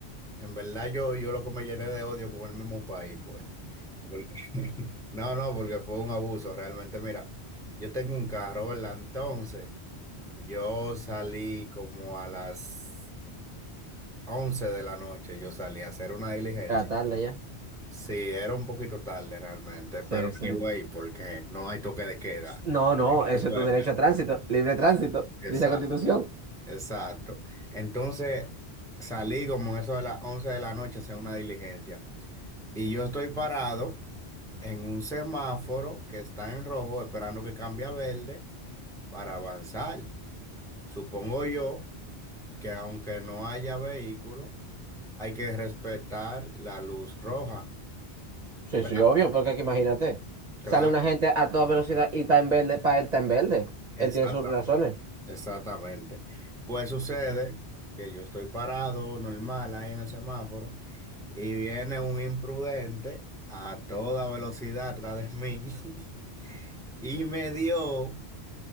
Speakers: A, in the centre; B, on the right.
A: en verdad yo, yo lo que me llené de odio con el mismo país fue. <laughs> No, no, porque fue un abuso, realmente. Mira, yo tengo un carro, ¿verdad? Entonces, yo salí como a las 11 de la noche, yo salí a hacer una diligencia.
B: A tarde ya.
A: Sí, era un poquito tarde realmente, pero
B: Sí, sí.
A: anyway, porque no hay toque de queda.
B: No, no,
A: <laughs>
B: eso
A: Bueno,
B: es tu derecho a tránsito, libre tránsito,
A: Exacto,
B: dice la Constitución.
A: exacto. Entonces, salí como eso de las 11 de la noche a hacer una diligencia. Y yo estoy parado en un semáforo que está en rojo, esperando que cambie a verde. para avanzar. Supongo yo que aunque no haya vehículo, hay que respetar la luz roja,
B: Sí,
A: ¿verdad?
B: sí, obvio, porque aquí imagínate.
A: Claro,
B: Sale una gente a toda velocidad y está en verde, para él está en verde.
A: exactamente,
B: Él tiene sus razones.
A: exactamente. Pues sucede que yo estoy parado normal ahí en el semáforo y viene un imprudente a toda velocidad atrás de mí <laughs> y me dio